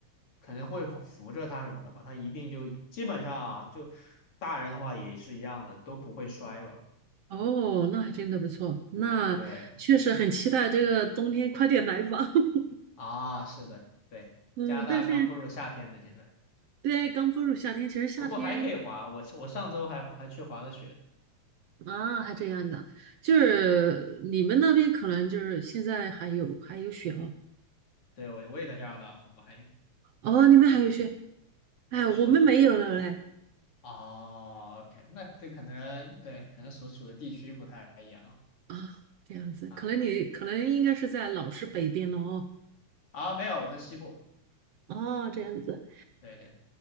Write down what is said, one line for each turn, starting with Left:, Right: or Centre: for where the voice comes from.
Left: 可能会扶着他什么的吧，他一定就基本上啊，就大人的话也是一样的，都不会摔吧，
Right: 哦，那还真的不错，那确实很期待这个冬天快点来吧。
Left: 对。
Right: <laughs>
Left: 啊，是的，对，
Right: 嗯，
Left: 加拿大刚步入夏天呢，
Right: 但是
Left: 现在，
Right: 对，刚步入夏天，其实夏天
Left: 不过还可以滑，我是我上周还还去滑了雪的，
Right: 啊，还这样子啊，就是你们那边可能就是现在还有还有雪哦，
Left: 对，对，我我也在加拿大嘛，我们还有，
Right: 哦，你们还有雪，哎，
Left: 是的，
Right: 我们没有了嘞，
Left: 哦，OK，那这可能对，可能所处的地区不太一样
Right: 啊，这样子，
Left: 啊，
Right: 可能你可能应该是在老师北边了哦，
Left: 啊，没有，我在西部，
Right: 哦，这样子，
Left: 对对对，